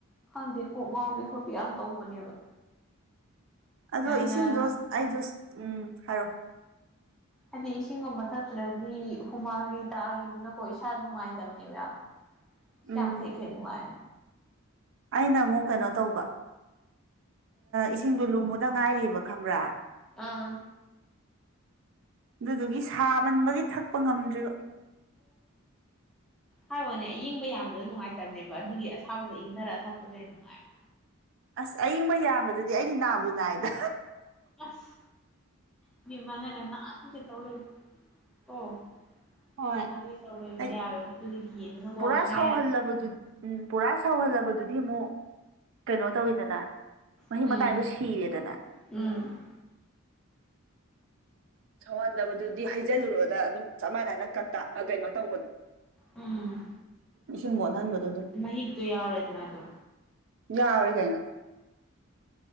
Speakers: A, in the centre; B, on the right.
A: ꯈꯪꯗꯦ ꯀꯣꯛ ꯉꯥꯎꯕꯤ ꯈꯣꯠꯄꯤ ꯌꯥꯝ ꯇꯧꯕꯅꯦꯕ
B: ꯑꯗꯣ
A: ꯌꯥꯝꯅ
B: ꯏꯁꯤꯡꯗꯣ ꯑꯩꯗꯣ ꯎꯝ ꯍꯥꯏꯔꯛꯑꯣ
A: ꯍꯥꯏꯗꯤ ꯏꯁꯤꯡꯒꯨꯝꯕ ꯊꯛꯇꯔꯗꯤ ꯍꯨꯃꯥꯡ ꯇꯥꯈꯤꯕꯗꯨꯅꯀꯣ ꯏꯁꯥꯗ ꯅꯨꯡꯉꯥꯏꯇꯕꯅꯦꯕ ꯌꯥꯝ
B: ꯎꯝ
A: ꯌꯥꯝ ꯊꯡꯏꯈꯩꯅꯅꯨꯡ ꯉꯥꯏ
B: ꯑꯩꯅ ꯑꯃꯨꯛ ꯀꯩꯅꯣ ꯇꯧꯕ ꯏꯁꯤꯡꯗꯨ ꯂꯨꯝꯃꯨꯗ ꯉꯥꯏꯔꯤꯕ ꯈꯪꯕ꯭ꯔꯥ
A: ꯑꯥ
B: ꯑꯗꯨꯗꯨꯒꯤ ꯁꯥꯃꯟꯕꯒꯤ ꯊꯛꯄ ꯉꯝꯗ꯭ꯔꯤꯕ <unintelligible>
A: ꯍꯥꯏꯋꯤꯅꯦ ꯑꯢꯪꯕ ꯌꯥꯝꯕꯗꯣ ꯅꯨꯡꯉꯥꯏꯇꯕꯅꯦꯕ ꯑꯗꯨꯒꯤ ꯑꯁꯥꯕꯗꯣ ꯏꯪꯊꯔꯛꯒ ꯊꯛꯄꯗ ꯅꯨꯡꯉꯥꯏꯕ
B: ꯑꯁ ꯑꯌꯤꯡꯕ ꯌꯥꯝꯕꯗꯨꯗꯤ ꯑꯩꯗꯤ ꯅꯥꯕꯨ ꯅꯥꯏꯗ
A: ꯑꯁ ꯢꯕꯦꯝꯃ ꯅꯪꯅ ꯅꯗꯧꯗ ꯇꯧ ꯂꯩ ꯑꯣ
B: ꯍꯣꯏ
A: ꯑꯧ
B: ꯑꯩ
A: ꯌꯥꯔꯣ ꯑꯗꯨꯗꯤꯅ ꯀꯁꯉ
B: ꯄꯨꯔꯥ
A: ꯌꯥꯔꯦ <inaudible>
B: <inaudible> ꯎꯝ ꯄꯨꯔꯥ ꯁꯧꯍꯜꯂꯕꯗꯨꯗꯤ ꯑꯃꯨꯛ ꯀꯩꯅꯣ ꯇꯧꯋꯤꯗꯅ ꯃꯍꯤꯛ
A: ꯎꯝ
B: ꯃꯇꯥꯏꯗꯣ ꯁꯤꯔꯦꯗꯅꯥ ꯫
A: ꯎꯝ
B: ꯁꯧꯍꯟꯗꯕꯗꯨꯗꯤ ꯍꯩꯖꯤꯜꯂꯨꯔꯣꯗ ꯑꯗꯨꯝ ꯆꯞ ꯃꯥꯟꯅꯅ ꯀꯟꯇ ꯀꯩꯅꯣ ꯇꯧꯕꯗꯣ
A: ꯎꯝ
B: ꯢꯁꯤꯡ ꯃꯣꯜꯍꯟꯕꯗꯨꯗ
A: ꯃꯍꯤꯛꯇꯣ ꯌꯥꯎꯔꯦꯗꯅ ꯑꯗꯣ
B: ꯌꯥꯋ꯭ꯎꯔꯦ ꯀꯩꯅꯣ